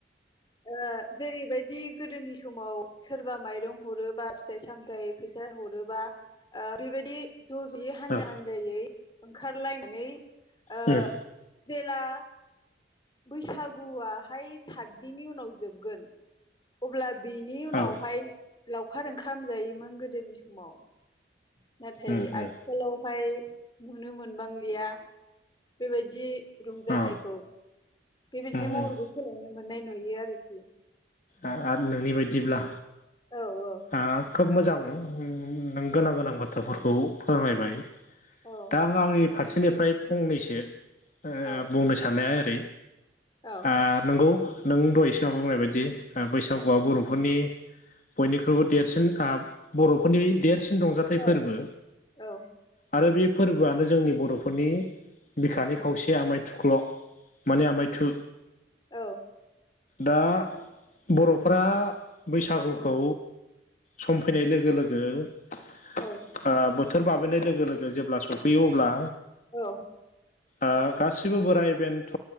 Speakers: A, on the left; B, on the left.
A: ओ जेरैबायदि गोदोनि समाव सोरबा माइरं हरोबा फिथाइ सामथायाइ फैसा हरोबा ओ बेबायदि ज' ज'यै हानजा
B: औ
A: हान्जायै ओंखारलायनानै ओ
B: उम
A: जेला बैसागुआहाय सातदिननि उनाव जोबगोन अब्ला बिनि उनावहाय
B: औ उम
A: लावखार ओंखामजायोमोन गोदोनि समाव नाथाय
B: उम
A: आथिखालावहाय नुनो मोनबांलिया बेबायदि रंजानायखौ
B: औ उम
A: बेबायदि
B: उम
A: महरखौ सोलायनो मोननाय नुयो आरोखि
B: आ आरो नोंनि बायदिब्ला
A: औ औ
B: ओ खोब मोजां नों गोनां गोनां बाथ्राफोरखौ फोरमायबाय
A: औ
B: दा आंनि फारसेनिफ्राय फंनैसो ओ
A: औ
B: बुंनो सान्नाया ओरै
A: औ
B: आ नंगौ नों दह'य सिगाव बुंनाय बायदि बैसागुआ
A: औ
B: बर' फोरनि बयनिख्रुइबो देरसिन ओ बर'फोरनि देरसिन रंजा थाय
A: औ
B: फोरबो
A: औ
B: आरो बे फोरबोआनो जोंनि बर'फोरनि बिखानि खावसे आमाय थुख्ल' माने आमायथु
A: औ
B: दा बर'फोरा बैसागुखौ सम फैनाय लोगो लोगो आ
A: औ
B: बोथोर बाबेनाय लोगो लोगो जेब्ला सफैयो अब्ला
A: औ
B: ओ गासिबो बोराइ बेन्थ'